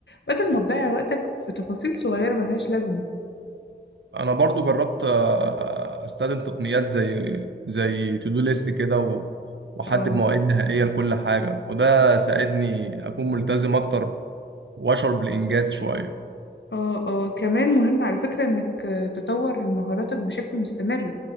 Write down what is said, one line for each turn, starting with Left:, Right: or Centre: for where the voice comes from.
Left: بدل ما تضيع وقتك في تفاصيل صغيرة ملهاش لازمة
Right: انا برضو جربت آه، استخدم تقنيات زي زي تو دو ليست كده و- واحدد
Left: اه
Right: مواعيد نهائيه لكل حاجه وده ساعدني اكون ملتزم اكتر واشعر بالانجاز شويه
Left: اه اه كمان مهم على فكرة انك آه، تطور مهاراتك بشكل مستمر